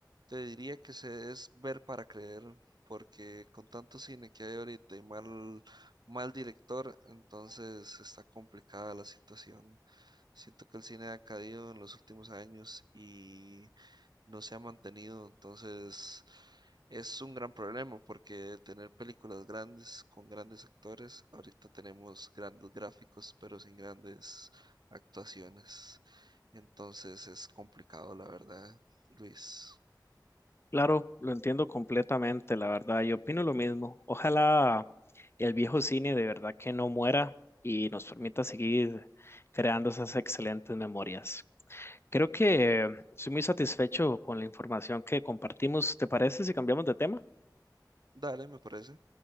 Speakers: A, on the right; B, on the left.
A: Te diría que se es ver para creer, porque con tanto cine que hay ahorita y mal, mal director, entonces está complicada la situación. Siento que el cine ha caído en los últimos años y no se ha mantenido, entonces es un gran problema, porque tener películas grandes con grandes actores, ahorita tenemos grandes gráficos, pero sin grandes actuaciones. Entonces es complicado, la verdad, Luis.
B: Claro, lo entiendo completamente, la verdad, yo opino lo mismo. Ojalá el viejo cine de verdad que no muera y nos permita seguir creando esas excelentes memorias. Creo que estoy muy satisfecho con la información que compartimos. ¿Te parece si cambiamos de tema?
A: Dale, me parece.